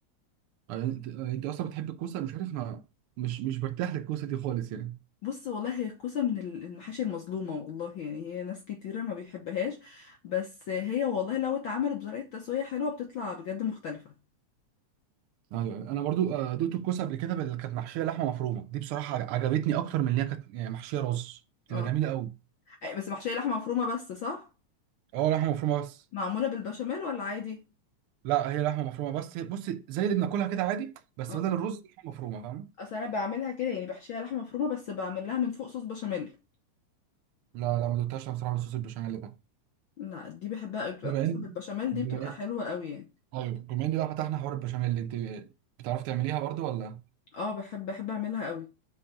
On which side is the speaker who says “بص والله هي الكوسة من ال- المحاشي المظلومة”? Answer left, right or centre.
Left